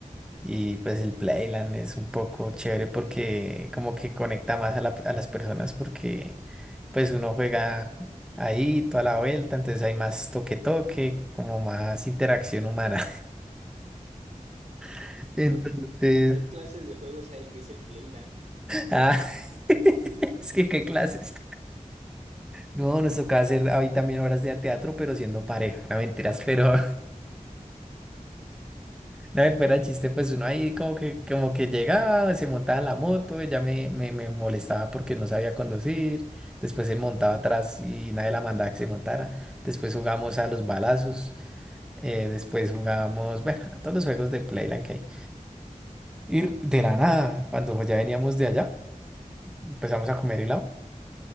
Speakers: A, in the centre; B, on the right.
A: Y pues el Playland es un poco chévere porque como que conecta más a, la- a las personas porque pues uno juega ahí toda la vuelta, entonces hay más toque toque, como más interacción humana. <laughs>
B: no,
A: Entonces,
B: a ver qué clases de juegos hay en ese Playland.
A: ah, <laughs> es que qué clases. No, nos tocaba hacer ahí también horas de teatro, pero siendo pareja, no mentiras, pero No, y fuera de chiste, pues uno ahí como que, como que llegaba, se montaba en la moto, ella me, me, me molestaba porque no sabía conducir, después se montaba atrás y nadie la mandaba que se montara, después jugamos a los balazos, eh, después jugamos, bueno, a todos los juegos de Playland que hay. Y de la nada, cuando ya veníamos de allá, empezamos a comer helado